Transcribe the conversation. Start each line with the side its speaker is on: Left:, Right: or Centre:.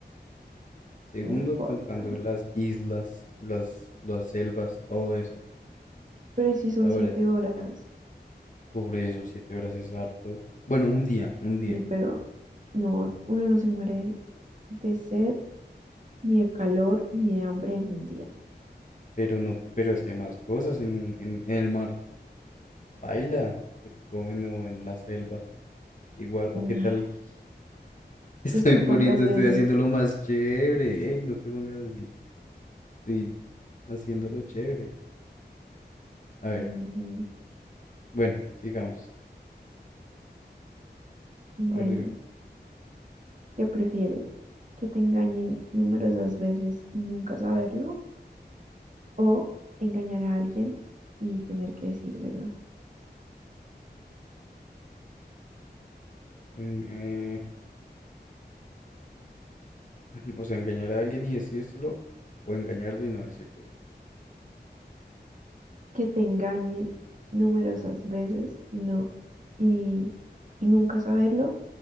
Left: Segundo,
Right: no importa.
Left: contando las islas, las, las selvas, todo eso.
Right: Pero ¿y si son
Left: Ahora,
Right: siete horas?
Left: pobre eso, siete horas es harto. Bueno, un día, un día.
Right: Sí, pero no, uno no se muere de sed, ni de calor, ni de hambre en un día.
Left: Pero no, pero es que hay más cosas en, un- en, en el mar. Baila, te comen o en la selva. Igual,
Right: Ay,
Left: o qué tal Estoy
Right: entonces tú
Left: poniendo,
Right: cuántas veces...
Left: estoy haciendo lo más chévere. Ey, no te pongas así. Estoy haciéndolo chévere. A ver,
Right: Ujú.
Left: bueno, sigamos.
Right: Bueno,
Left: A ver, dímelo.
Right: ¿qué prefieres? ¿Que te engañen numerosas veces y nunca saberlo? ¿O engañar a alguien y tener que decírselo?
Left: O, en- eh, <laughs> o sea, engañar a alguien y decírselo, o engañarlo y no decírselo.
Right: que te engañen numerosas veces y no y, y nunca saberlo